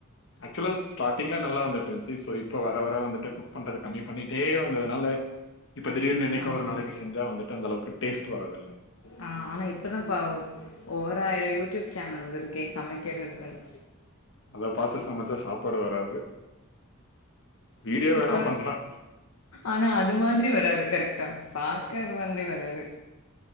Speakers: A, on the left; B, on the left.
A: ஆக்சுவலா ஸ்டார்டிங்லா நல்லா வந்துட்டு இருந்துச்சு ஸோ இப்போ வர வர வந்துட்டு பண்றது கம்மி பண்ணிட்டே வந்ததுனால இப்ப திடீர்னு என்னைக்கோ
B: ஆ
A: ஒரு நாளைக்கு செஞ்சா வந்துட்டு அந்தளவுக்கு டேஸ்ட் வராதுல்ல
B: ஆ ஆனா இப்பதா பாவ் ஓராயிரம் யூடியூப் சேனல்ஸ் இருக்கே சமைக்கிறதுக்குனு
A: அத பார்த்து சமைச்சா சாப்பாடு வராது வீடியோ
B: இப்ப
A: வேணா
B: சொல்லல
A: பண்ணலாம்
B: ஆனா அது மாதிரி வராது கரெக்டா பாக்க அது மாதிரி வராது